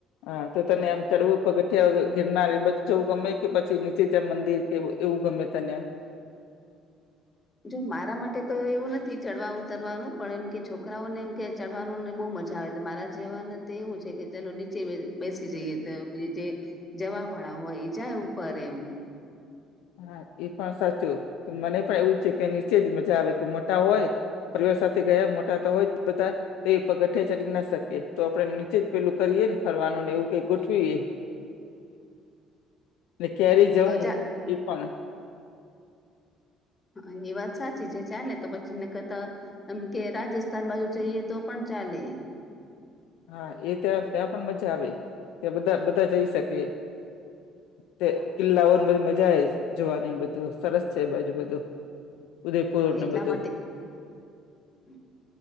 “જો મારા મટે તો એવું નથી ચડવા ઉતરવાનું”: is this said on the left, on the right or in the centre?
Left